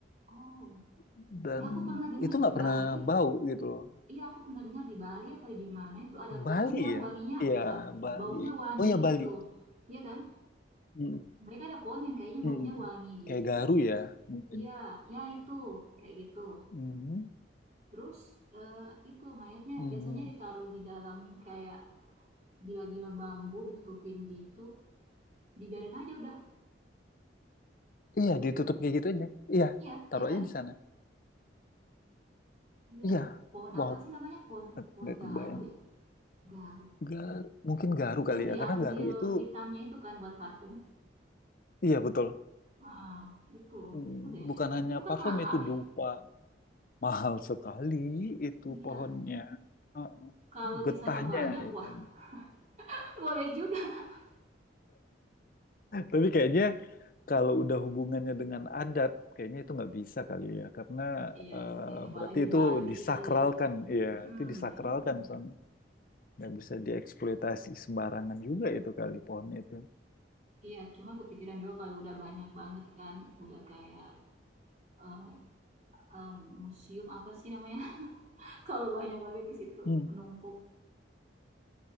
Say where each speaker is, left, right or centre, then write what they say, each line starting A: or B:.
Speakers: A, on the right; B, on the left.
A: Oh, eh,
B: dan
A: aku pernah dengar
B: itu nggak
A: di
B: pernah
A: Bali.
B: bau gitu loh
A: Iya, aku pernah dengar di Bali apa di mana itu ada
B: Bali
A: pohon yang
B: ya?
A: wanginya
B: Iya,
A: wa-
B: Bali.
A: baunya wangi
B: Oh ya
A: gitu.
B: Bali.
A: Iya kan?
B: Mm,
A: Mereka ada pohon yang kayaknya
B: mm.
A: baunya wangi
B: Kayak
A: gitu.
B: Garu ya mungkin.
A: Iya, ya itu kayak gitu.
B: Mhm,
A: Terus eh, itu mayatnya
B: mhm.
A: biasanya ditaruh di dalam kayak gila-gila bambu ditutupin gitu. Dibiarin aja udah.
B: Iya, ditutup kayak gitu aja. Iya,
A: Iya,
B: taruh
A: iya kan?
B: aja di sana.
A: Iya.
B: Iya.
A: Pohon
B: Wow,
A: apa sih namanya? Pohon pohon
B: nggak
A: garu
B: kebayang.
A: ya? Garu.
B: Garu, mungkin Garu
A: Yang
B: kali
A: diambil
B: ya, karena Garu itu
A: hitamnya itu kan buat parfum.
B: iya betul.
A: Ah, ah, itu
B: Mm,
A: itu kayaknya.
B: Bukan
A: Tapi
B: hanya
A: itu kan
B: parfum
A: mahal
B: itu dupa.
A: ya?
B: Mahal sekali itu
A: Iya.
B: pohonnya. Heeh.
A: Kalau
B: Getahnya
A: di sana banyak,
B: ya.
A: wah,
B: kan.
A: <laughs> boleh juga. <laughs>
B: Tapi kayaknya kalau udah hubungannya dengan adat, kayaknya itu nggak bisa kali ya, karena
A: Iya
B: eh,
A: sih, apalagi
B: berarti itu
A: Bali.
B: disakralkan, iya,
A: Mm-mm.
B: itu disakralkan, Sam. nggak bisa dieksploitasi sembarangan juga itu kali pohon itu.
A: Iya, cuma kepikiran juga kalau udah banyak banget kan, udah kayak, eee eee, museum apa sih namanya? <laughs> Kalau banyak banget di situ,
B: Hmm.
A: menumpuk.